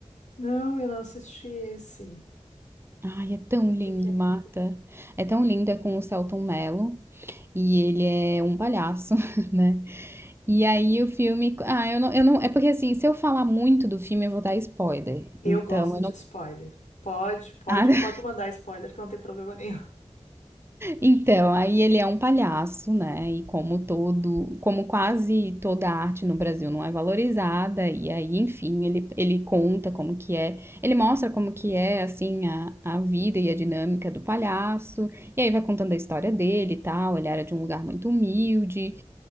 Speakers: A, on the left; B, on the right.
A: Não, eu não assisti esse.
B: Ai, é tão
A: Com
B: lindo,
A: quem que é?
B: Marta. É tão lindo, é com o Selton Mello. E ele é um palhaço, <laughs> né? E aí o filme. Ah, eu não, eu não. É porque assim, se eu falar muito do filme, eu vou dar spoiler.
A: Eu
B: Então,
A: gosto
B: eu
A: de
B: não.
A: spoiler. Pode, pode,
B: <laughs>
A: pode mandar spoiler, que não tem problema nenhum.
B: Então, aí ele é um palhaço, né? E como todo, como quase toda arte no Brasil não é valorizada, e aí, enfim, ele, ele conta como que é, ele mostra como que é, assim, a, a vida e a dinâmica do palhaço, e aí vai contando a história dele e tal, ele era de um lugar muito humilde,